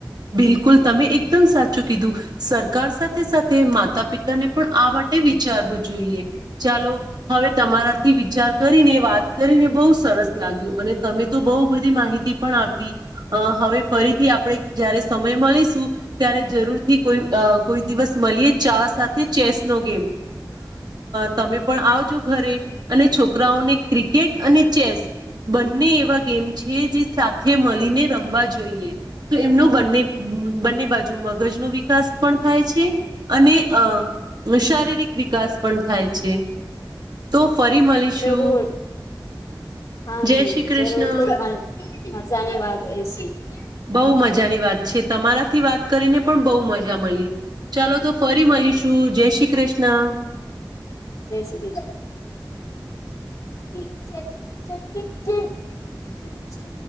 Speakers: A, on the right; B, on the left.
A: બિલકુલ તમે એક <unintelligible> સાચું કીધું સરકાર સાથે સાથે માતા પિતા ને પણ આ માટે વિચારવું જોઈએ ચાલો હવે તમારાથી વિચાર કરીને વાત કરીને બહુ સરસ લાગ્યું અને તમે તો <unintelligible> બધી માહિતી પણ આપી હવે ફરીથી આપણે જયારે સમય મળીશું ત્યારે જરૂરથી કોઈ કોઈ દિવસ મળીએ ચા સાથે ચેસ નો ગેમ તમે પણ આવજો ઘરે અને છોકરાઓને ક્રિકેટ અને ચેસ બંને એવા ગેમ છે, જે સાથે મળીને રમવા જોઈએ. તો એમનો બંને બંને બાજુ મગજનું <inaudible> વિકાસ પણ થાય છે, અને અ શારીરિક વિકાસ પણ થાય છે. તો ફરી મળીશું
B: જરૂર હા
A: જય
B: <unintelligible>
A: શ્રી કૃષ્ણ
B: જરૂર ખુબ મજાની વાત રહી છે.
A: બહુ મજાની વાત છે, તમારાથી વાત કરીને પણ બહુ મજા મળી ચાલો તો ફરી મળીશું જય શ્રી કૃષ્ણ.
B: જય શ્રી કૃષ્ણ. <inaudible>